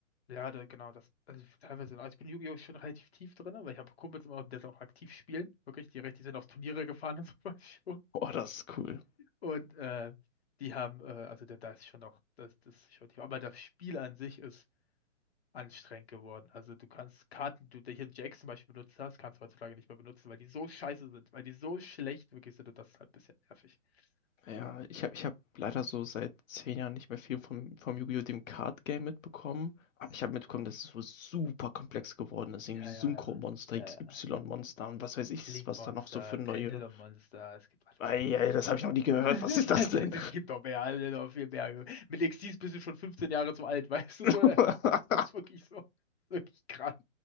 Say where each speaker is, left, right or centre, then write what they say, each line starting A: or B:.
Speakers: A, on the left; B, on the left.
A: Ja, da, genau, das, also ich- teilweise, also ich bin in Yu-Gi-Oh! schon relativ tief drin, ne, weil ich habe Kumpels immer, die das auch aktiv spielen, wirklich, die, die sind auf Turniere gefahren <laughs> und sowas schon.
B: Oh, das ist cool.
A: Und äh, die haben, äh, also da, da ist schon noch, das, das ist schon tief, aber das Spiel an sich ist anstrengend geworden. Also du kannst Karten, die du hier in Jax zum Beispiel benutzt hast, kannst du heutzutage nicht mehr benutzen, weil die so scheiße sind, weil die so schlecht wirklich sind und das ist halt ein bisschen nervig.
B: Ja,
A: Ja,
B: ich habe ich hab leider so seit zehn Jahren nicht mehr viel vom, vom Yu-Gi-Oh! dem Card Game mitbekommen. Aber ich habe mitbekommen, dass es so super komplex geworden ist. Irgendwie
A: ja,
B: Synchro-Monster,
A: ja, ja, ja,
B: x
A: ja.
B: y monster und was weiß ich,
A: Link-Monster,
B: was da noch so für neue
A: Pendulum-Monster, es gibt alles.
B: Ei,
A: mögliche.
B: ei, das habe ich noch nie gehört.
A: <laughs>
B: Was ist das
A: Das,
B: denn?
A: das, es gibt doch mehr, also noch viel mehr. Mit Xyz bist du schon 15 Jahre zu alt, <laughs> weißt du
B: <laughs>
A: so? Das, das ist wirklich so, wirklich krass.